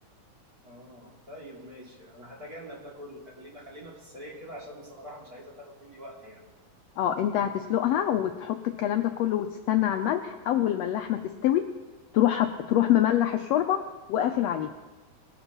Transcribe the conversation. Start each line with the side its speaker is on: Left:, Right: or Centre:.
Right: آه طيب ماشي أنا هتجنب ده كله خلينا خلينا في السريع كده عشان بصراحة مش عايزة تاخد مني وقت يعني
Left: اه انت هتسلقها وتحط الكلام ده كله وتستنى على الملح أول ما اللحمة تستوي تروح هت... تروح مملح الشوربة وقافل عليها